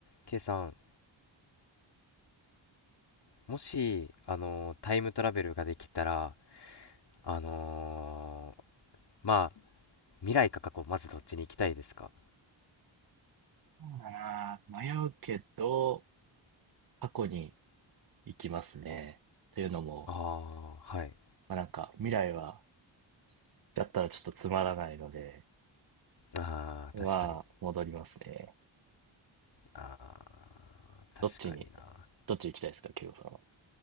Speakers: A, on the left; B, on the right.
A: K さん、もし、あのータイムトラベルができたら、あのーまあ、未来か過去、まずどっちに行きたいですか
B: そうだな。迷うけど、過去に行きますね。というのも、
A: ああー、はい。
B: まあ、なんか未来は、だったらちょっとつまらないので、
A: ああ、
B: は、
A: 確かに。
B: 戻りますね。
A: ああ、確かにな。
B: どっちに、どっち行きたいですか、ケイゴさんは。